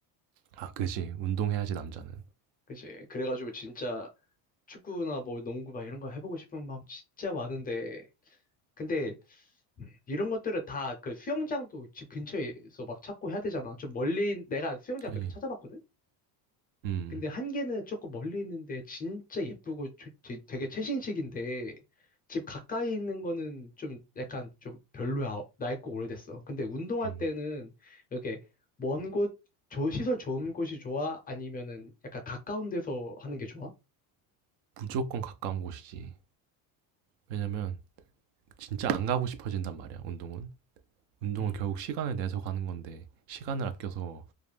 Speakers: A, on the right; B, on the left.
A: 아, 그지. 운동해야지, 남자는.
B: 그치? 그래가지고 진짜 축구나 뭐 농구 막 이런 거 해보고 싶은 마음 진짜 많은데, 근데 이런 것들은 다 그 수영장도 집 근처에서 막 찾고 해야 되잖아. 좀 멀리, 내가 수영장
A: 그지.
B: 몇 개 찾아봤거든?
A: 음,
B: 근데 한 개는 조금 멀리 있는데 진짜 예쁘고 조- 되- 되게 최신식인데 집 가까이 있는 거는 좀 약간 좀 별로야. 낡고 오래됐어. 근데 운동할
A: 음.
B: 때는 이렇게 먼 곳, 조- 시설 좋은 곳이 좋아? 아니면은 약간 가까운 데서 하는 게 좋아?
A: 무조건 가까운 곳이지. 왜냐면, 진짜 안 가고 싶어진단 말이야, 운동은. 운동은
B: 음.
A: 결국 시간을 내서 가는 건데 시간을 아껴서